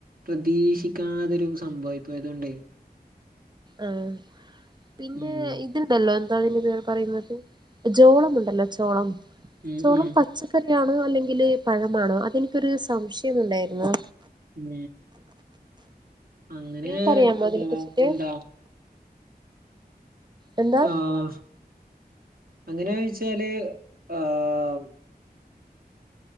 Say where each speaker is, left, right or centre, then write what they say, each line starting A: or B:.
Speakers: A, on the right (about 60°); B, on the right (about 25°).
A: പ്രതീക്ഷിക്കാതൊരു സംഭവം ആയിപോയി ആതൊണ്ടെ
B: ആ പിന്നെ
A: ഉം
B: ഇതുണ്ടല്ലോ എന്താതിന്റെ പേര് പറയുന്നത് ജോളമുണ്ടല്ലോ ചോളം
A: ഉം
B: ചോളം
A: ഉം
B: പച്ചക്കറി ആണ് അല്ലെങ്കില് പഴമാണോ അതെനിക്കൊരു സംശയം ഉണ്ടായിന്നു
A: ഉം അങ്ങനെ
B: നിങ്ങക്കറിയാമോ
A: ഇത്
B: അതിനെ കുറിച്ചിട്ട്
A: എന്താ
B: എന്താ
A: ആഹ് അങ്ങനെ ചോയിച്ചാല് ആഹ്